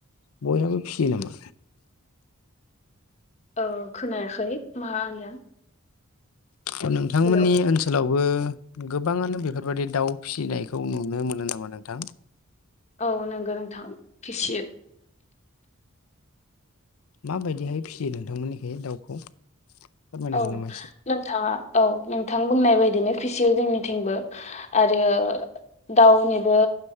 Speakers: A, on the left (about 80°); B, on the left (about 30°).
A: बयहाबो फिसियो नामा
B: ओ खोनायाखै मा होनदों
A: अ नोंथांमोननि
B: हेलौ
A: ओनसोलाव बो गोबाङानो बेफोरबायाददि दाउ फिसिनायखौ नुनो मोनो नामा नोंथां
B: औ नंगौ नोंथां फिसियो
A: माबायदिहाय फियो नोंथांमोननिखाय दाउखौ फोरमायनो
B: औ
A: हागोन नामा एसे?
B: नोंथाङा औ नों थां बुंनाय बायदिनो फिसियो जोंनिथिंबो आरो दाउनिबो